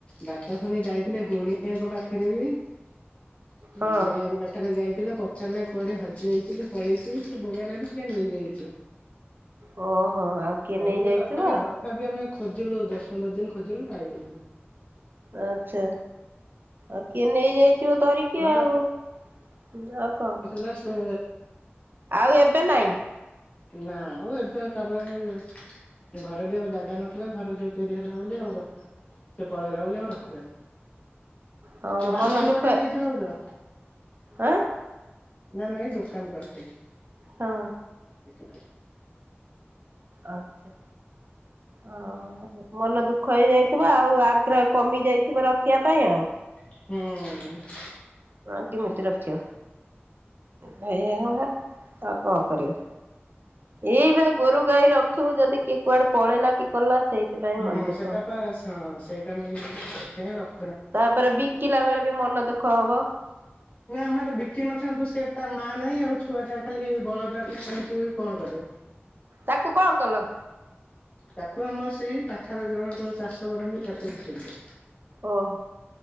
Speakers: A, on the left (about 30°); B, on the right (about 55°).
A: ବାପା ଫୁଣି ଯାଇଥିଲେ ଗୁଣିଆଙ୍କ ପାଖରେ ବି
B: ହଁ
A: ଗୁଣିଆଙ୍କ ପାଖ ଖରେ ଯାଇଥିଲେ ପଚାରିଲେ କୁଆଡ଼େ ହଜି ଯାଇଚି? ପଳେଇଚି ସେ ଗୁଣିଆ କହିଲେ କିଏ ନେଇଯାଇଚି।
B: ଓହୋ ଆଉ କିଏ
A: କହିଲେ
B: ନେଇଯାଇଥିବ
A: ତଥାପି ତଥାପି ଆମେ ଖୋଜିଲୁ ଦଶ ପନ୍ଦର ଦିନ ଖୋଜିଲୁ ପାଇଲୁନି।
B: ଆଚ୍ଛା ଆଉ କିଏ ନେଇଯାଇ ଥିବ ଧରିକି
A: ହଁ
B: ଆଉ
A: ବା
B: ଆଉ କଣ କରି
A: ଅ ସେ
B: ଆଉ ଏବେ ନାଇଁ।
A: ନା ଆଉ ଏବେ ତାପରେ ଘରେ ବି ଆଉ ଜାଗା ନଥିଲା ଘର ଯୋଉ ତିଆରି ହେଲା ବୋଲି ଆଉ ର ସେ ପଳେଇଲା ବୋଲି ଆଉ ରଖିଲେନି
B: ହଁ
A: ଏ ବାଦାମ
B: ମନ ଦୁଃଖ
A: ଗୋଟେ ନେଇଚି ଭାଉଜ।
B: ଆଁ
A: ନା ନା ଏଇ ଦୋକାନକୁ ଆସିଥିଲି।
B: ହଁ।
A: ଦେ
B: ଆଛା ଆ ହ ମନ ଦୁଃ ଖ ହେଇଯାଇଥିବ ଆଉ ଆଗ୍ରହ କମି ଯାଇଥିବ ରଖିବା ପାଇଁ ଆଉ।
A: ହୁଁ।
B: ହଁ କେମିତି ରଖିବ <unintelligible> ଆଉ କଁ କରିବ? ଏଇବା ଗୋରୁ ଗାଈ ରଖିବୁ ଯଦି କିଏ କୁଆଡ଼େ ପଳେଇଲା କି କଲା ସେଇଥିପାଇଁ
A: ହଁ
B: ମନ ଦୁଃଖ
A: ସେଟାପା
B: ହବ
A: ହଁ ସେଇଟା ମେନ୍ ଜିନିଷ ସେଇଥିପାଇଁ ଆ ର
B: ତାପରେ ବିକିଲା ବେଳେ ବି ମନ ଦୁଃଖ ହବ।
A: ନା ଆମର ବିକିିନଥାନ୍ତୁ ସେ ତା ମା ନାହିଁ ଆଉ ଛୁଆଟା ଖାଲି ବଳଦଟା ରହିକି ବି କଣ କରିବ?
B: ତାକୁ କଣ କଲ?
A: ତାକୁ ଆମର ସେଇ ପାଖାପାଖି ଜଣଙ୍କର ଚାଷ କରନ୍ତି ତାକୁ ବିକିଦେଲୁ।
B: ଓଃ